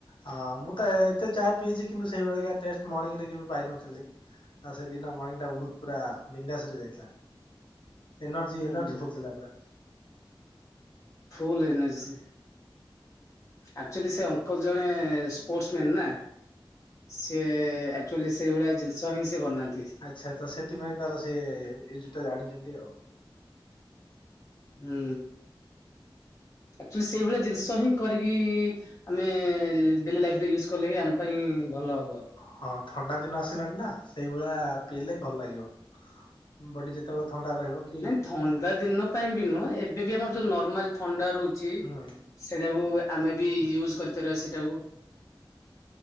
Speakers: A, on the left; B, on the left.
A: ହଁ ମୁଁ ତ ଏତେ ଚା ପିଇଛି କିନ୍ତୁ ସେଇଭଳି କା ଟେଷ୍ଟ ମର୍ଣିଂ ରେ କେବେ ପାଇନଥିଲି। ଆଉ ସେଦିନ ମର୍ଣ୍ଣିଙ୍ଗ ଟା ବହୁତ ପୁରା ବିନ୍ଦାସ ରେ ଯାଇଥିଲା। ଏନର୍ଜି
B: ହୁଁ
A: ଏନର୍ଜି ଫୁଲଥିଲା ପୁରା।
B: Full energy. ଆକ୍ଚୁଆଲି ସେ ଅଙ୍କଲ ଜଣେ ସ୍ପୋର୍ଟସ ମ୍ୟାନ୍ ନା। ସିଏ ଆକ୍ଚୁଆଲି ସେଇଭଳିଆ ଜିନିଷ ହିଁ ସିଏ ବନାନ୍ତି।
A: ଆଚ୍ଛା ତ ସେଥିପାଇଁ ତାର ସେ ୟୁଜୁ ଟା ଜାଣିଛନ୍ତି ଆଉ।
B: ହୁଁ ଆଚୁଆଲି ସେଇଭଳିଆ ଜିନିଷ ହିଁ କରିକି ଆମେ ଡେଲି ଲାଇଫରେ ୟୁଜ କଲେ ହିଁ ଆମ ପାଇଁ ଭଲ ହବ।
A: ହଁ ଥଣ୍ଡା ଦିନ ଆସିଲାଣି ନା ସେଇଭଳିଆ ପିଇଲେ ଭଲ ଲାଗିବ। ବଡି ଯେତେବେଳେ ଥଣ୍ଡା ରହିବ କି
B: ନାଇଁ ଥଣ୍ଡା ଦିନ ପାଇଁ ବି ନୁହଁ ଏବେ ବି ଆମର ଯୋଉ ନର୍ମାଲ ଥଣ୍ଡା ରହୁଚି
A: ହୁଁ
B: ସେଇଟାକୁ ଆମେ ବି ୟୁଜ କରିପାରିବା ସେଟାକୁ।